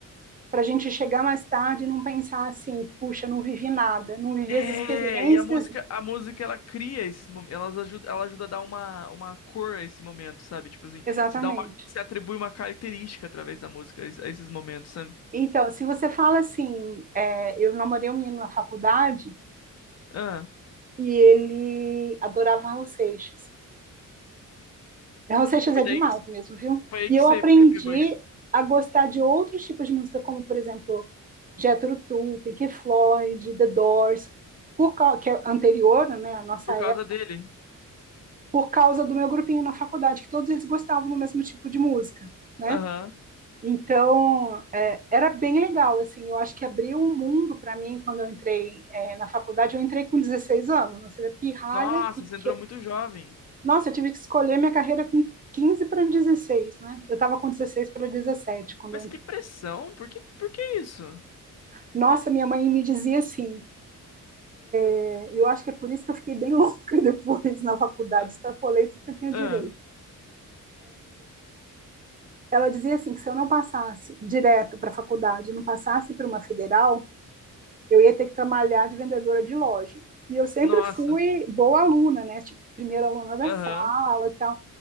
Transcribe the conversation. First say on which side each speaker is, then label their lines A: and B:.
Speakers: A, on the right; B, on the left.
A: para a gente chegar mais tarde e não pensar assim, puxa, não vivi nada, não vivi
B: É,
A: as experiências.
B: e a música, a música ela cria esses momentos, elas ajuda, ela ajuda a dar uma, uma cor a esse momento, sabe? Tipo assim,
A: Exatamente.
B: se dá uma, se atribui uma característica através da música a es- a esses momentos, sabe?
A: Então, se você fala assim, é, eu namorei um menino na faculdade
B: Ah,
A: e ele adorava Raul Seixas. Raul Seixas
B: foi
A: é
B: daí
A: demais
B: que,
A: mesmo, viu?
B: foi aí
A: E
B: que
A: eu
B: você,
A: aprendi
B: você pegou isso,
A: a gostar de outros tipos de música, como, por exemplo, Jethro Tull, Pink Floyd, The Doors, por, cau- que é anterior, né, à nossa
B: por causa dele.
A: por causa do meu grupinho na faculdade, que todos eles gostavam do mesmo tipo de música, né?
B: Aham.
A: Então, é, era bem legal, assim, eu acho que abriu um mundo para mim quando eu entrei é, na faculdade, eu entrei com 16 anos, né? você vê pirralha,
B: Nossa,
A: e
B: você
A: que...
B: entrou muito jovem.
A: nossa, eu tive que escolher minha carreira com 15 para 16, né? Eu estava com 16 para 17 quando
B: Mas
A: eu entrei.
B: que pressão, por que, por que isso?
A: Nossa, minha mãe me dizia assim, é, eu acho que é por isso que eu fiquei bem <laughs> louca depois na faculdade,
B: Ah,
A: extrapolei tudo que eu tinha
B: ah,
A: direito. ela dizia assim que se eu não passasse direto para a faculdade, não passasse para uma federal, eu ia ter que trabalhar de vendedora de loja. E eu sempre
B: nossa,
A: fui boa aluna, né? Tipo, primeira aluna da
B: aham,
A: sala e tal.